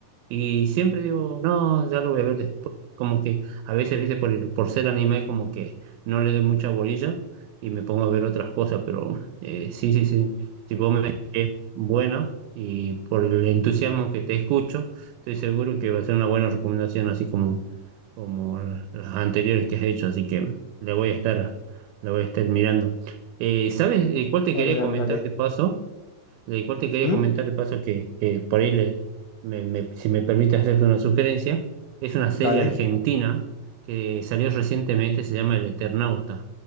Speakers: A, on the right; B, on the left.
A: y siempre digo, no, ya lo voy a ver después, como que a veces, viste, por, el- por ser anime, como que no le doy mucha bolilla y me pongo a ver otras cosas, pero eh, sí, sí, sí, si vos me decís que es buena y por el entusiasmo que te escucho, estoy seguro que va a ser una buena recomendación, así como como las anteriores que has hecho, así que le voy a estar, le voy a estar mirando. Eh, ¿sabes eh, cuál te
B: Dale,
A: quería
B: dale,
A: comentar
B: dale.
A: de paso? Eh, ¿cuál te quería
B: ¿Mm?
A: comentar de paso que, que por ahí, le- me- me- si me permite hacerte una sugerencia? Es una serie
B: Dale.
A: argentina que salió recientemente, se llama El Eternauta.